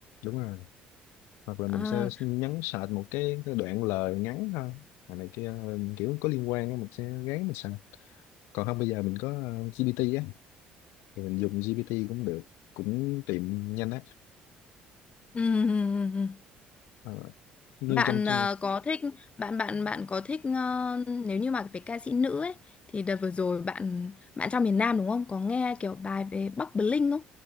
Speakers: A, on the left; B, on the left.
A: đúng rồi hoặc là
B: Ờ.
A: mình sẽ nhấn search một cái, cái đoạn lời ngắn thôi à, này kia kiểu có liên quan á, mình sẽ ráng mình search còn không bây giờ mình có ờ, GPT á thì mình dùng GPT cũng được cũng tìm nhanh á
B: ừm, <clears throat>
A: Ờ, như
B: Bạn
A: trong chương-
B: ờ, có thích bạn bạn bạn có thích ờ, nếu như mà về ca sĩ nữ ấy thì đợt vừa rồi bạn bạn trong miền Nam đúng không? Có nghe kiểu bài về Bắc Bling không?